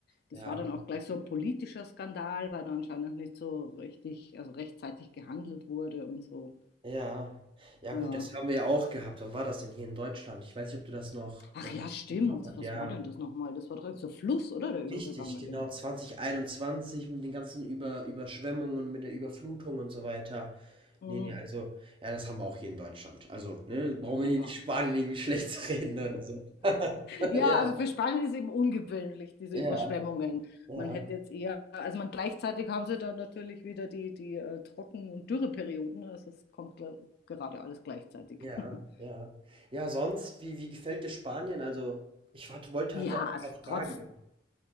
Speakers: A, on the left; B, on the right.
A: Das
B: Ja,
A: war
B: aber
A: dann auch gleich so ein politischer Skandal, weil da anscheinend nicht so richtig, also rechtzeitig gehandelt wurde und so.
B: ja. Ja
A: Ja.
B: gut, das haben wir ja auch gehabt. Wann war das denn hier in Deutschland? Ich weiß nicht, ob du das noch,
A: Ach
B: äh,
A: ja, stimmt.
B: im Kopf hast.
A: Was
B: Ja,
A: war denn das nochmal? Das war doch so Fluss, oder? Der übergegangen
B: richtig, genau,
A: ist.
B: 2021 mit den ganzen Über Überschwemmungen, mit der Überflutung und so weiter.
A: Mm,
B: Ne, ne, also ja, das haben wir auch hier in Deutschland. Also, ne, brauchen
A: ja.
B: wir hier nicht Spanien irgendwie <laughs> schlecht zu reden oder so. <laughs>
A: Ja,
B: Ja,
A: also für Spanien ist eben ungewöhnlich, diese
B: ja,
A: Überschwemmungen.
B: ja.
A: Man hätte jetzt eher, also man gleichzeitig haben sie dann natürlich wieder die, die äh, Trocken- und Dürreperioden. Also es kommt gl- gerade alles gleichzeitig.
B: Ja,
A: <laughs>
B: ja. Ja, sonst, wie wie gefällt dir Spanien? Also, ich hatte wollte
A: Ja,
B: hatte ein
A: also
B: paar
A: trotz,
B: Fragen gehabt.